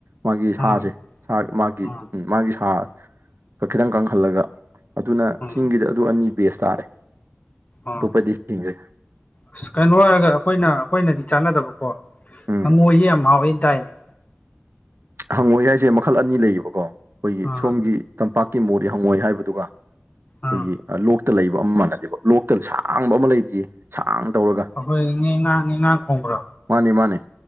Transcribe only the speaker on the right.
ꯃꯥꯒꯤ ꯁꯥꯁꯦ
ꯁꯥ ꯃꯥꯒꯤ
ꯃꯥꯒꯤ ꯁꯥꯗ ꯈꯤꯇꯪ ꯀꯪꯍꯜꯂꯒ ꯑꯗꯨꯅ
ꯆꯤꯡꯒꯤꯗ ꯑꯗꯨ ꯑꯅꯤ ꯕꯦꯁ ꯇꯥꯔꯦ꯫
ꯇꯣꯞꯄꯗꯤ ꯀꯔꯤ ꯂꯩ꯫
ꯎꯝ
ꯍꯪꯉꯣꯏ ꯍꯥꯏꯁꯦ ꯃꯈꯜ ꯑꯅꯤ ꯂꯩꯌꯦꯕꯀꯣ ꯑꯩꯈꯣꯏꯒꯤ
ꯁꯣꯝꯒꯤ ꯇꯝꯄꯥꯛꯀꯤ ꯃꯣꯔꯤ ꯍꯪꯉꯣꯏ ꯍꯥꯏꯕꯗꯨꯒ ꯑꯩꯈꯣꯏꯒꯤ
ꯂꯣꯛꯇ ꯂꯩꯕ ꯑꯃ ꯃꯥꯟꯅꯗꯦꯕ ꯂꯣꯛꯇ ꯁꯥꯡꯕ ꯑꯃ ꯂꯩꯔꯤꯌꯦ ꯁꯥꯡ ꯇꯧꯔꯒ
ꯃꯥꯅꯦ ꯃꯥꯅꯦ